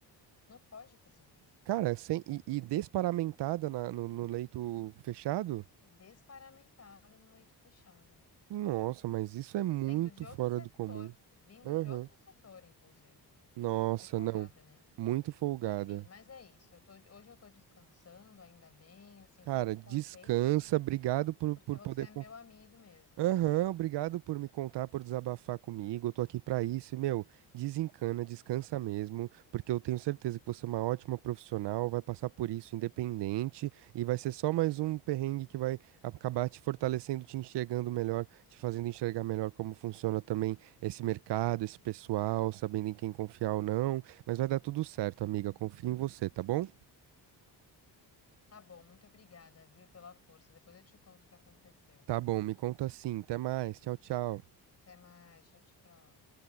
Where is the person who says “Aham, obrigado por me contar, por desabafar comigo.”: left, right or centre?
Right